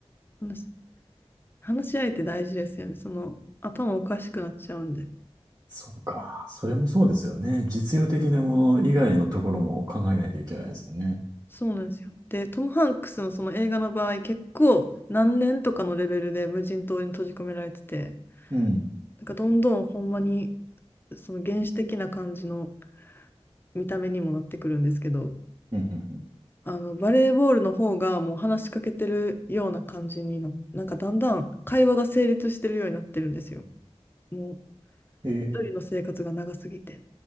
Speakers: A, on the left; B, on the right.
A: ます。話し合いって大事ですよね。その頭おかしくなっちゃうんで。
B: そっか。それもそうですよね。実用的なもの以外のところも考えないといけないですよね。
A: そうなんですよ。で、トム・ハンクスのその映画の場合、結構何年とかのレベルで無人島に閉じ込められてて、
B: うん。
A: なんかどんどんほんまにその原始的な感じの見た目にもなってくるんですけど、
B: うん。うんうん
A: あのバレーボールの方がもう話しかけてるような感じにな、なんかだんだん会話が成立してるようになってるんですよ。もう
B: へえ。
A: 一人の生活が長すぎて。